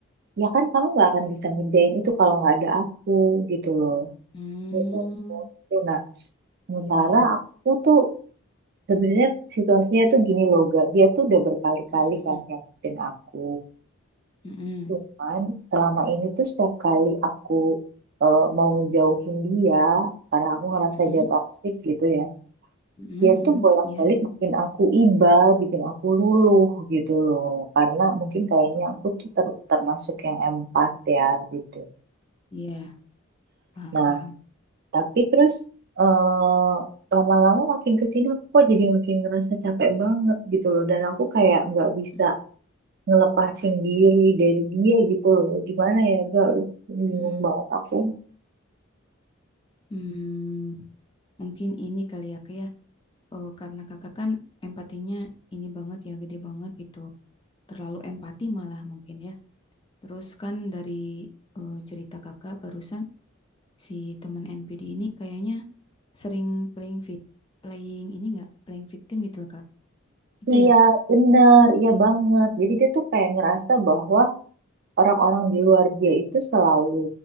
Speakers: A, on the right; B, on the left.
A: ya kan kamu nggak akan bisa ngerjain itu kalau nggak ada aku gitu loh
B: Hmm,
A: itu gitu nah sementara
B: iya ya.
A: aku tuh sebenarnya situasinya tuh gini loh gak dia tuh udah berkali-kali
B: Mm-mm.
A: kan nyakitin aku
B: Mm-mm.
A: cuman selama ini tuh setiap kali aku eh, mau ngejauhin dia karena aku ngerasa
B: Mhm,
A: dia toksik gitu ya
B: mhm,
A: dia tuh
B: mhm,
A: bolak-balik
B: ya.
A: bikin aku iba bikin aku luluh gitu loh karena mungkin kayaknya
B: Oh,
A: aku tuh ter- termasuk yang empat ya gitu
B: iya, paham,
A: Nah,
B: paham.
A: Tapi terus eh, lama-lama makin kesini aku kok jadi makin ngerasa capek banget gitu loh. Dan aku kayak nggak bisa
B: Mhm,
A: ngelepasin diri dari dia gitu loh. Gimana ya, gak bingung
B: mhm.
A: banget aku.
B: Hmm, mungkin ini kali ya, Kak, ya. Eh, karena kakak kan empatinya ini banget ya, gede banget gitu. Terlalu empati malah mungkin ya. Terus kan dari eh, cerita kakak barusan si teman NPD ini kayaknya sering playing fit, playing ini enggak, playing victim gitu, Kak. Itu
A: Iya,
B: ya?
A: bener, iya banget. Jadi dia tuh kayak ngerasa bahwa orang-orang di luar dia itu selalu,